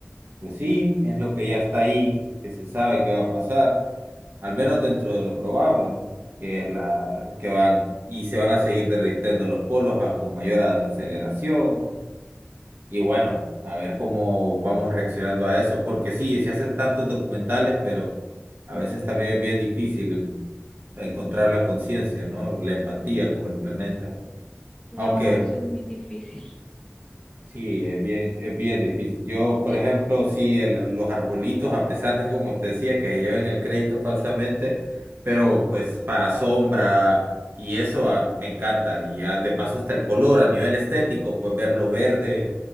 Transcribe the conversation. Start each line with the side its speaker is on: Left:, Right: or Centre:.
Right: Pues sí, es lo que ya está ahí, que se sabe que va a pasar, al menos dentro de lo probable, ¿no? Que es la que van y se van a seguir derritiendo los polos a- con mayor aceleración y bueno, a ver cómo vamos reaccionando a eso, porque sí, se hacen tantos documentales, pero a veces también es bien difícil encontrar la conciencia, ¿no? La empatía con el planeta,
Left: No,
Right: aunque
Left: eso es muy difícil.
Right: Sí, es bien, es bien difícil. Yo,
Left: Ni-
Right: por ejemplo, sí, el- los arbolitos, a pesar de, como te decía, que se lleven el crédito falsamente, pero pues para sombra y eso ah, me encanta. Y ah, de paso hasta el color a nivel estético, pues verlo verde